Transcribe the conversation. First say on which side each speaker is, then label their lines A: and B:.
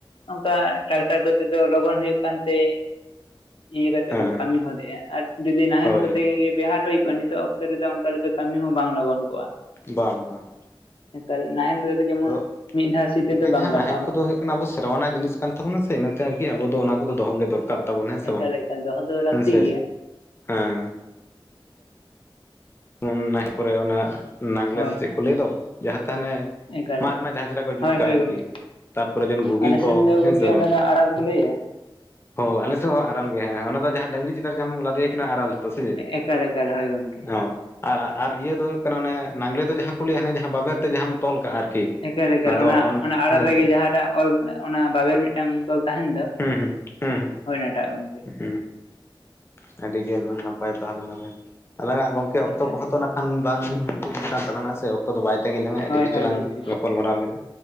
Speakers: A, on the left; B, on the left.
A: ᱚᱱᱠᱟ ᱴᱨᱟᱠᱴᱟᱨ ᱠᱚᱛᱮ ᱫᱚ ᱞᱚᱜᱚᱱ ᱦᱳᱭᱳᱜ ᱠᱟᱱᱛᱮ ᱤᱭᱟᱹ ᱠᱟᱛᱮᱫ
B: ᱦᱮᱸ
A: ᱠᱚ ᱠᱟᱹᱢᱤ ᱦᱚᱫᱮᱜ-ᱟ ᱟᱨ ᱡᱩᱫᱤ ᱱᱟᱦᱮᱞ
B: ᱦᱳᱭ
A: ᱠᱚᱛᱮ
B: ᱦᱳᱭ
A: ᱜᱮ ᱵᱮᱣᱦᱟᱨ ᱦᱩᱭ ᱠᱚᱜ-ᱟ ᱱᱤᱛᱚᱜ ᱚᱠ ᱛᱚ ᱨᱮᱫᱚ ᱚᱱᱠᱟ ᱞᱮᱠᱟ ᱠᱟᱹᱢᱤ ᱦᱚᱸ ᱵᱟᱝ ᱞᱚᱜᱚᱱ ᱠᱚᱜ-ᱟ᱾
B: ᱵᱟᱝ, ᱵᱟᱝ᱾
A: ᱦᱮᱸᱛᱮᱟᱨ ᱱᱟᱦᱮᱞ ᱨᱮᱫᱚ ᱡᱮᱢᱚᱱ
B: ᱟᱫᱚ
A: ᱢᱤᱫ ᱫᱷᱟᱣ ᱥᱤ ᱛᱮᱫᱚ
B: ᱜᱚᱝᱠᱮ
A: ᱵᱟᱝ
B: ᱡᱟᱦᱟᱸ ᱱᱟᱦᱮᱞ
A: ᱜᱟᱱᱚᱜ
B: ᱠᱚᱫᱚ ᱦᱳᱭᱳᱜ ᱠᱟᱱᱟ ᱟᱵᱚ ᱥᱮᱨᱣᱟ ᱨᱮᱱᱟᱜ ᱡᱤᱱᱤᱥ ᱠᱟᱱ ᱛᱟᱵᱚᱱᱟ ᱥᱮ ᱤᱱᱟᱹ ᱛᱮ ᱟᱨᱠᱤ ᱟᱵᱚ ᱫᱚ ᱚᱱᱟ ᱫᱚ ᱜᱮ ᱫᱚᱨᱠᱟᱨ ᱛᱟᱵᱚᱱ ᱦᱮᱸ ᱥᱮ
A: ᱮᱠᱟᱞ
B: ᱵᱟᱝ
A: ᱮᱠᱟᱞ ᱫᱚᱦᱚ ᱫᱚ ᱞᱟᱹᱠᱛᱤ
B: ᱦᱮᱸᱥᱮ
A: ᱜᱮᱭᱟ
B: ᱦᱮᱸ᱾ ᱯᱩᱱ ᱱᱟᱦᱤ ᱯᱚᱨᱮ ᱚᱱᱟ ᱱᱟᱜᱽᱞᱮ
A: ᱦᱳᱭ
B: ᱥᱮ ᱪᱮᱫ
A: ᱦᱳᱭ
B: ᱠᱚ ᱞᱟᱹᱭ ᱫᱚ ᱡᱟᱦᱟ ᱛᱮ ᱦᱟᱱᱮ
A: ᱮᱠᱟᱞ
B: ᱢᱟᱫᱽ
A: ᱮᱠᱟᱞ
B: ᱨᱮᱱᱟᱜ ᱡᱟᱦᱟ ᱪᱮᱨᱦᱟ ᱠᱚ ᱡᱩᱛ
A: ᱦᱳᱭ
B: ᱠᱟᱜ
A: ᱦᱳᱭ
B: ᱟᱨᱠᱤ᱾
A: ᱜᱚᱢᱠᱮ
B: ᱛᱟᱯᱚᱨ ᱡᱮᱱ ᱜᱷᱩᱜᱤ
A: ᱟᱞᱮᱥᱮᱱ
B: ᱠᱚ
A: ᱫᱚ ᱜᱚᱢᱠᱮ
B: ᱦᱮᱸ ᱥᱮ ᱵᱟᱝ?
A: ᱚᱱᱟ ᱫᱚ ᱟᱲᱟᱨ ᱠᱚ ᱞᱟᱹᱭᱟ
B: ᱦᱳ ᱟᱞᱮ ᱥᱮᱜ ᱦᱚᱸ ᱟᱨᱟᱞ ᱛᱮ ᱦᱮᱸ ᱚᱱᱟ ᱫᱚ ᱡᱟᱦᱟ ᱰᱟᱹᱝᱨᱤ ᱪᱮᱛᱟᱱ ᱡᱟᱦᱟ ᱟᱢ ᱞᱟᱫᱮᱭᱟ ᱠᱤᱱᱟ ᱟᱨᱟᱞ ᱛᱚ ᱥᱮ ᱪᱮᱫ
A: ᱮᱠᱟᱞ ᱮᱠᱟᱞ ᱦᱳᱭ ᱜᱚᱢᱠᱮ
B: ᱚ᱾ ᱟᱨ ᱟᱨ ᱤᱭᱟᱹ ᱫᱚ ᱦᱩᱭᱩᱜ ᱠᱟᱱᱟ ᱚᱱᱮ ᱱᱟᱜᱽᱞᱮ ᱫᱚ ᱡᱟᱦᱟ ᱠᱚ ᱞᱟᱹᱭ-ᱟ ᱦᱟᱱᱮ ᱡᱟᱦᱟ ᱵᱟᱵᱮᱨ ᱛᱮ ᱡᱟᱦᱟᱢᱼᱼ ᱛᱚᱞ ᱠᱟᱜ ᱟᱨᱠᱤ᱾
A: ᱮᱠᱟᱞ, ᱮᱠᱟᱞ
B: ᱫᱚ
A: ᱚᱱᱟ
B: ᱚᱱ
A: ᱚᱱᱟ ᱟᱨᱟᱲ
B: ᱦᱮᱸ
A: ᱨᱮᱜᱮ
B: ᱥᱮ
A: ᱡᱟᱦᱟ ᱴᱟᱜ ᱚᱞ ᱚᱱᱟ ᱵᱟᱵᱮᱨ ᱢᱤᱫᱴᱟᱝ ᱛᱚᱞ ᱛᱟᱦᱮᱱ ᱫᱚ
B: ᱦᱩᱸ, ᱦᱩᱸ, ᱦᱩᱸ,
A: ᱦᱳᱭ ᱚᱱᱟᱴᱟᱜ ᱜᱚᱢᱠᱮ
B: ᱦᱩᱸ, ᱦᱩᱸ᱾ ᱟᱹᱰᱤ ᱜᱮ ᱱᱟᱯᱟᱭ ᱛᱟᱦᱞᱮ ᱚᱱᱟ ᱜᱮ ᱟᱞᱟᱝ ᱟᱜ ᱜᱚᱝᱠᱮ ᱚᱠᱛᱚ
A: ᱮᱠᱟᱞ
B: ᱠᱚᱦᱚᱸ ᱛᱚ ᱱᱟ ᱠᱷᱟᱱ ᱵᱟᱝ ᱢᱩᱪᱟᱹᱫ ᱠᱟᱱ ᱛᱟᱞᱟᱝᱟ ᱥᱮ ᱚᱠᱛᱚ ᱫᱚ ᱵᱟᱭ ᱛᱟᱸᱜᱤ ᱞᱟᱝᱟ ᱟᱹᱰᱤ
A: ᱦᱳᱭ
B: ᱠᱤᱪᱷᱩ
A: ᱦᱳᱭ
B: ᱞᱟᱝ
A: ᱜᱚᱢᱠᱮ
B: ᱜᱟᱯᱟᱞ ᱢᱟᱨᱟᱣ ᱠᱮᱫᱟ᱾